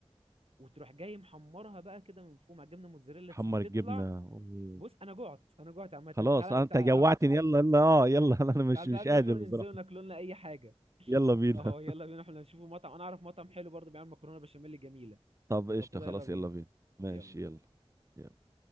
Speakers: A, on the right (about 65°); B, on the right (about 30°).
A: وتروح جاي محمرها بقى كده من فوق مع الجبنه الموتزاريلا
B: تحمر
A: تسيح تطلع
B: الجبنة أوه.
A: بص انا جعت انا جعت عامه تعال
B: خلاص
A: تعال
B: آه، انت جوعتني
A: آه،
B: يلا يلا اه يلا <laughs> انا مش
A: تعال تعال
B: مش
A: نروح
B: قادر
A: ننزل
B: بصراحة
A: ناكل لنا اي حاجه
B: يلا بينا
A: اه يلا بينا احنا نشوفوا مطعم انا اعرف مطعم حلو برضه بيعمل مكرونه بشاميل جميله
B: طب
A: لو
B: قشطة
A: كده
B: خلاص
A: يلا بينا
B: يلا بينا ماشي
A: يلا
B: يلا يلا.